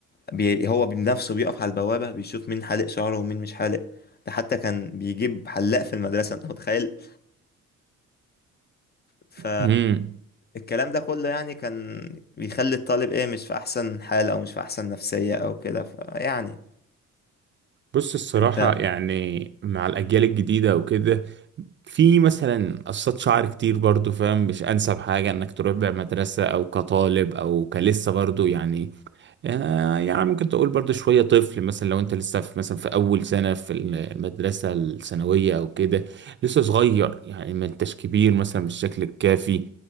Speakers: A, on the left (about 35°); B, on the right (about 40°).
A: بي هو بنفسه بيقف على البوابه بيشوف مين حالق شعره ومين مش حالق ده حتى كان بيجيب حلاق في المدرسه انت متخيل ف
B: امم
A: الكلام ده كله يعني كان بيخلي الطالب ايه مش في احسن حال او مش في احسن نفسية او كده فيعني
B: بص الصراحة
A: انت
B: يعني مع الأجيال الجديدة وكده في مثلا قصات شعر كتير برضو فاهم مش أنسب حاجة إنك تروح بيها مدرسة أو كطالب أو كلسه برضو يعني آه، يعني ممكن تقول برضو شوية طفل مثلا لو انت لسه في مثلا في أول سنة في المدرسة الثانوية أو كده لسه صغير يعني ما انتش كبير مثلا بالشكل الكافي